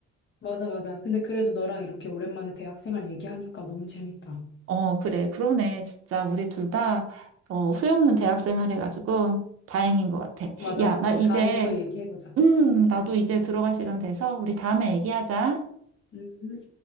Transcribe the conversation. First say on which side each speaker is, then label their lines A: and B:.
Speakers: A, on the left; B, on the right.
A: 맞아, 맞아. 근데 그래도 너랑 이렇게 오랜만에 대학생활 얘기하니까 너무 재밌다.
B: <laughs> 어, 그래. 그러네. 진짜 우리 둘 다, 어, 후회 없는 대학생활 해가지고 다행인 것 같아.
A: 맞아.
B: 야, 나
A: 우리
B: 이제,
A: 다음에 또 얘기해보자.
B: 음, 나도 이제 들어갈 시간 돼서 우리 다음에 얘기하자.
A: 음.